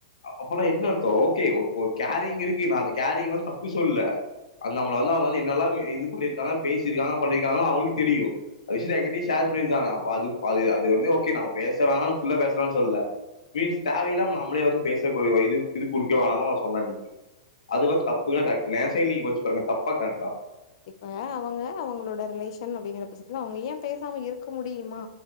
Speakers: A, on the left (about 80°); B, on the left (about 60°).
A: அப்போல்லா என்ன அர்த்தோ ஓகே ஓ ஓரு கேரிங் இருக்கு நா அந்த கேரிங் வந்து தப்பு சொல்ல அந் நம்மள வந்து அவுங்க வந்து என்னெல்லா இது பண்ணிருக்காங்க பேசிருக்காங்க பண்ணிருக்காங்ளா அவுங்ளுக்கு தெரியு அது விஷ்யத்த என்கிட்டயே ஷேர் பண்ருக்காங்க அப்போ அது அது அது வந்து ஓகே நம்ம பேச வேணா ஃபுல்லா பேச வேணானு சொல்ல மீன்ஸ் தேவயில்லாம நம்ளே வந்து பேசக்கு இது இது குடுக்க வேனாமோ சொன்ன அன்னக்கி அது வந்து தப்புங்ளா கரெக்ட்டுங்ளா என் சைட்ல யோச்சு பாருங்க தப்பா கரெக்ட்டா
B: இப்ப அவுங்க அவுங்களோட ரிலேஷன் அப்டிங்கற பச்சத்ல அவுங்க ஏ பேசாம இருக்க முடியுமா